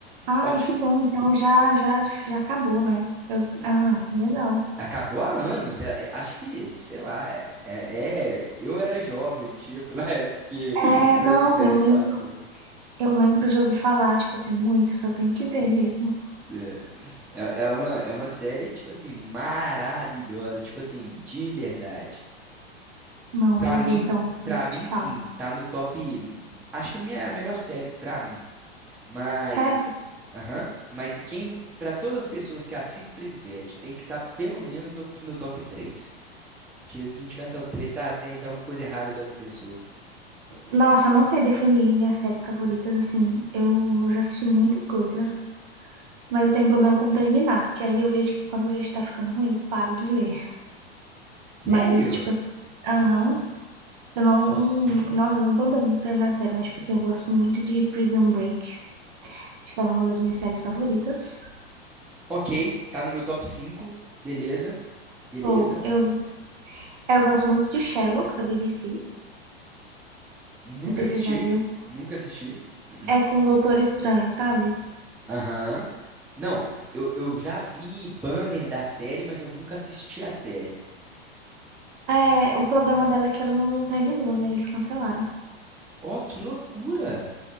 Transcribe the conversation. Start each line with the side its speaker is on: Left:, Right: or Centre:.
Right: Ai,
Centre: ótimo
Right: que bom, então já, já, já acabou, né? Eu, ah, que legal.
Centre: Acabou há anos, é- é- acho que, sei lá, é, é- é- eu era jovem, tipo, <laughs> na época que
Right: É,
Centre: <laughs> Breaking
Right: não,
Centre: Bad
Right: eu lembro.
Centre: passou.
Right: Eu lembro de ouvir falar, tipo assim, muito, só tenho que ver mesmo.
Centre: É, é é uma, é uma série, tipo assim, maravilhosa, tipo assim, de verdade.
Right: Não,
Centre: Pra
Right: eu vou
Centre: mim,
Right: ver então, depois
Centre: pra
Right: eu
Centre: mim
Right: te falo.
Centre: sim, tá no top, hum, acho que a minha a melhor série pra mim. Mas,
Right: Sério?
Centre: aham, mas quem, pra todas as pessoas que assistem Breaking Bad, tem que estar tá pelo menos no, no top 3. Se se não tiver top 3, tá, tem, tem alguma coisa errada com essa pessoa.
Right: Nossa, eu não sei definir minhas séries favoritas, assim. Eu já assisti muita coisa, mas eu tenho um problema com terminar, que aí eu vejo que quando eu vejo que tá ficando ruim, eu paro de ver.
Centre: Sério?
Right: Mas, tipo assim, aham. Eu não. Nossa, eu tenho um problema com terminar a série, mas, tipo assim, eu gosto muito de Prison Break, acho que é uma das minhas séries favoritas.
Centre: Ok, tá no meu top cinco. beleza, beleza.
Right: Ou eu, é, eu gosto muito de Sherlock, da BBC.
Centre: Nunca
Right: Não sei
Centre: assisti,
Right: se você já viu.
Centre: nunca assisti. uh-uh.
Right: É com o Doutor Estranho, sabe?
Centre: Aham. Não, eu, eu já vi banner da série, mas eu nunca assisti a série.
Right: É, o problema dela é que ela não terminou, né? Eles cancelaram.
Centre: Ó, que loucura!